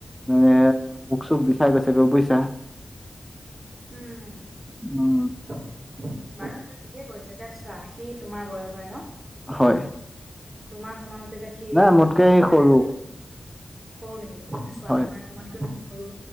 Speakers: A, in the centre; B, on the right (about 35°).
A: মানে বুক চুক বিচাৰি গৈছিলো বুইছা।
B: উম
A: উম
B: <unintelligible> বাৰু এইটো ঠিকেই কৰিছে এতিয়া চোৱা হি তোমাৰ বয়সৰে ন?
A: হয়।
B: তোমাৰ সমানত এতিয়া সি
A: নাই মোতকে সি
B: নাই
A: সৰু
B: বুলিও সৰু নেকি? এতিয়া চোৱা
A: হয়
B: তোমাৰ তোমাতকৈও সৰু